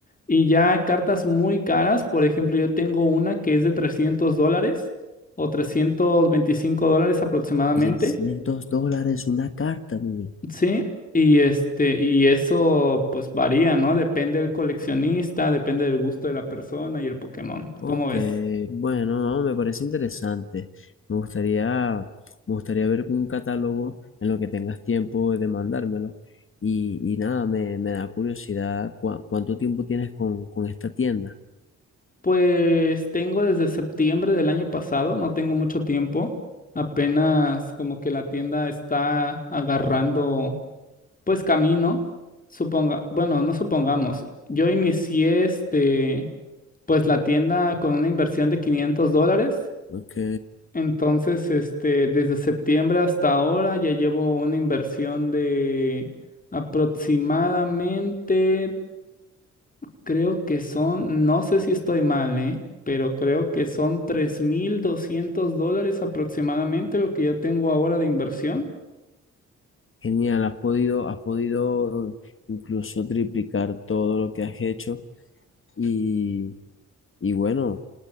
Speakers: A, on the left; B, on the left.
A: Y ya cartas muy caras, por ejemplo, yo tengo una que es de 300 dólares o 325 dólares aproximadamente
B: trescientos dólares una carta, mire.
A: Sí, y este, y eso pues varía, ¿no? Depende del coleccionista, depende del gusto de la persona y el Pokémon.
B: Ok,
A: ¿Cómo ves?
B: bueno, no, me parece interesante. Me gustaría, me gustaría ver un catálogo en lo que tengas tiempo de mandármelo. Y, y nada, me, me da curiosidad cua- cuánto tiempo tienes con, con esta tienda.
A: Pues tengo desde septiembre del año pasado, no tengo mucho tiempo. Apenas como que la tienda está agarrando pues camino. Suponga, bueno, no supongamos. Yo inicié este, pues la tienda con una inversión de 500 dólares.
B: Ok,
A: Entonces, este, desde septiembre hasta ahora ya llevo una inversión de aproximadamente, creo que son, no sé si estoy mal, ¿eh? Pero creo que son 3.200 dólares aproximadamente lo que ya tengo ahora de inversión.
B: genial, has podido, has podido incluso triplicar todo lo que has hecho Y, y bueno,